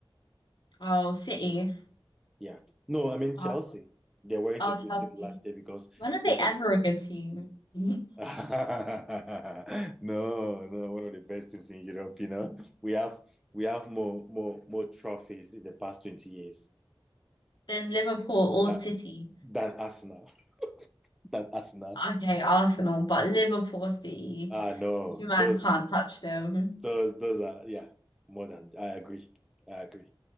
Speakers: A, on the left; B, in the centre.
A: Oh, City.
B: Yeah. No, I mean Chelsea.
A: Oh,
B: They weren't
A: oh,
B: a good
A: Chelsea.
B: team last year because
A: When are
B: they
A: they
B: didn't.
A: ever a good team? <laughs>
B: <laughs> No, no, one of the best teams in Europe, you know. We have we have more more more trophies in the past 20 years
A: Then Liverpool or
B: that,
A: City.
B: than Arsenal. <laughs> Than Arsenal.
A: Okay, Arsenal, but Liverpool or City,
B: Ah no,
A: you man
B: those
A: can't touch them.
B: those those are yeah, more than I agree. I agree.